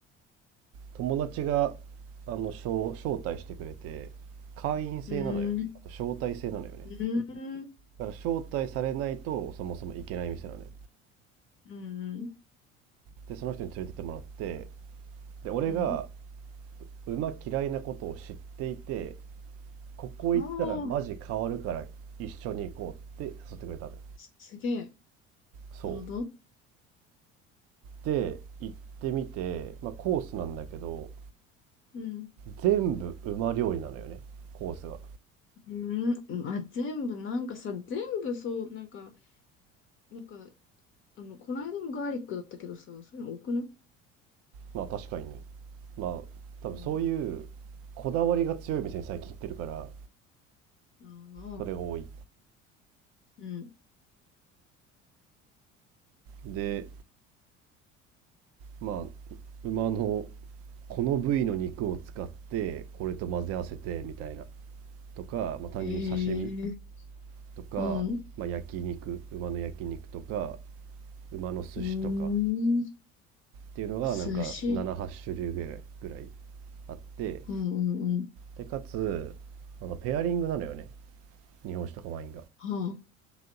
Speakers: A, on the right; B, on the left.
A: 友達があの招招待してくれて会員制なのよあと招待制なのよね
B: うん、うん、うん、
A: だから招待されないとそもそも行けない店なのよ
B: うん、
A: でその人に連れてってもらってで俺が
B: うん。
A: 馬嫌いなことを知っていてここ行ったらマジ変わるから一緒に行こうって誘ってくれたのよ
B: ああー、すげえ。
A: そう
B: なるほど。
A: で行ってみて、まあ、コースなんだけど
B: うん。
A: 全部馬料理なのよねコースが
B: うん、あ、全部、なんかさ、全部そう、なんか、なんか、あの、この間もガーリックだったけどさ、そういうの多くない
A: まあ確かにねまあ多分そういうこだわりが強い店に最近行ってるから
B: うん。あの、
A: それが多い
B: うん。
A: でまあ馬のこの部位の肉を使ってこれと混ぜ合わせてみたいなとか、まあ、単純に刺身
B: ええ
A: とか、
B: うん。う
A: まあ、焼肉馬の焼肉とか馬の寿司とかっ
B: ーん。
A: ていうのがなんか78種類ぐらい
B: 寿司。
A: あって
B: うんうんうん。
A: でかつあのペアリングなのよね日本酒とかワインが
B: は